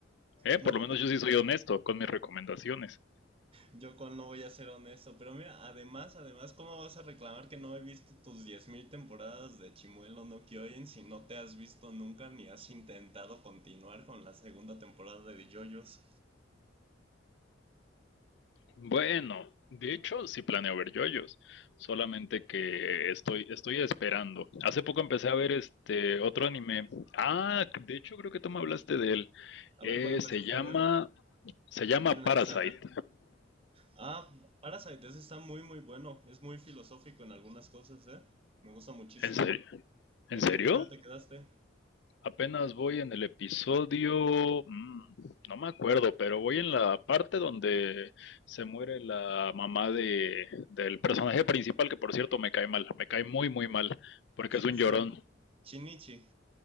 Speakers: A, on the left; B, on the right.
A: Eh, por
B: No
A: lo
B: puedo,
A: menos yo sí soy honesto con mis recomendaciones.
B: yo con no voy a ser honesto, pero mira, además, además, ¿cómo vas a reclamar que no he visto tus 10.000 temporadas de Chimuelo no Kyojin si no te has visto nunca ni has intentado continuar con la segunda temporada de JoJo's?
A: Bueno, de hecho, sí planeo ver yoyos, solamente que estoy, estoy esperando. Hace poco empecé a ver este otro anime. Ah, de hecho creo que tú me hablaste de él.
B: A
A: Eh,
B: ver, ¿cuándo empezaste
A: se llama,
B: a ver?
A: se llama
B: Bien
A: Parasite.
B: Lanzaga. Ah, Parasite, ese está muy muy bueno. Es muy filosófico en algunas cosas, ¿eh? Me gusta muchísimo.
A: ¿En serio? ¿En
B: ¿En
A: serio?
B: qué episodio te quedaste?
A: Apenas voy en el episodio, mm, no me acuerdo, pero voy en la parte donde se muere la mamá de, del personaje principal, que por cierto me cae mal, me cae muy, muy mal, porque es un
B: Sí.
A: llorón.
B: Shinichi.